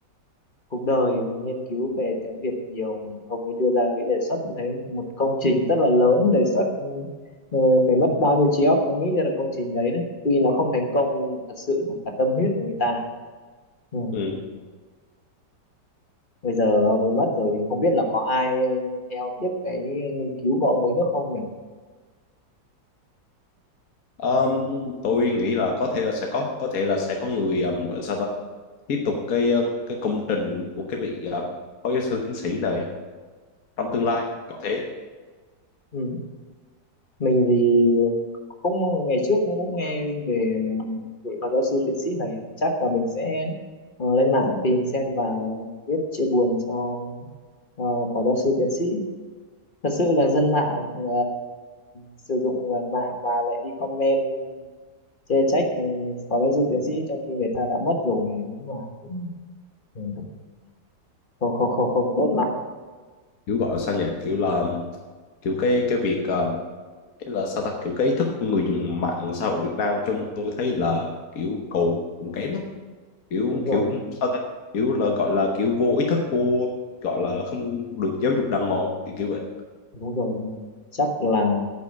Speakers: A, on the left; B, on the left.
A: cuộc đời nghiên cứu về tiếng Việt nhiều mà ông ấy đưa ra cái đề xuất như thế một công trình rất là lớn đề xuất ừ, ờ, phải mất bao nhiêu trí óc mới nghĩ ra được công trình đấy đấy tuy nó không thành công nhưng mà thật sự là cả tâm huyết của người ta ừ.
B: Ừ.
A: bây giờ ông ấy mất rồi thì không biết là có ai ừ, theo tiếp cái nghiên cứu của ông ấy nữa không nhỉ
B: Ờm, tôi nghĩ là có thể là sẽ có có thể là sẽ có người um, gọi là sao ta tiếp tục cái ờ, cái công trình của cái vị um, phó giáo sư tiến sĩ này trong
A: ừ.
B: tương lai có thể
A: Ừ. mình thì cũng ngày trước cũng, cũng nghe về ừ, vị phó giáo sư tiến sĩ này chắc là mình sẽ ờ, lên mạng tìm xem và viết chia buồn cho Ờ, phó giáo sư tiến sĩ thật sự là dân mạng ờ, sử dụng ờ, mạng mà lại đi comment chê trách ừ, phó giáo sư tiến sĩ trong khi người ta đã mất rồi thì đúng là cũng ừ, không không không không tốt lắm
B: kiểu gọi là sao nhỉ kiểu là kiểu cái cái việc ờ, cái là sao ta kiểu cái ý thức của người dùng mạng xã hội Việt Nam nói chung tôi thấy là kiểu còn còn kém lắm kiểu
A: đúng
B: kiểu
A: rồi
B: sao ta kiểu là gọi là kiểu vô ý thức vô gọi là không được giáo dục đàng hoàng kiểu, kiểu vậy
A: đúng rồi đúng rồi. chắc là